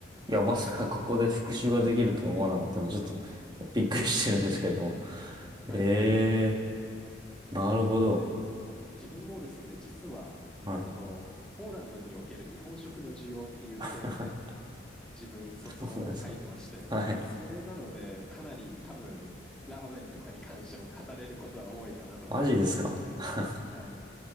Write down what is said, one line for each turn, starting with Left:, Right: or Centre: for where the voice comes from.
Right: いや、まさかここで復習ができるとは思わなかったんで、
Centre: はい。
Right: ちょっとびっくりしてるんですけれども。
Centre: はいはい。
Right: ええー、なるほど。
Centre: で、自分もですね、実は、
Right: はい。
Centre: その、ポーランドにおける日本食の需要っていうテーマで、
Right: <laughs>
Centre: 自分卒論を書いてまして、
Right: そうなんですか。はい。
Centre: それなので、かなり多分、ラーメンとかに関しても語れることは多いかなと思います。
Right: マジですか。<laughs>
Centre: はい。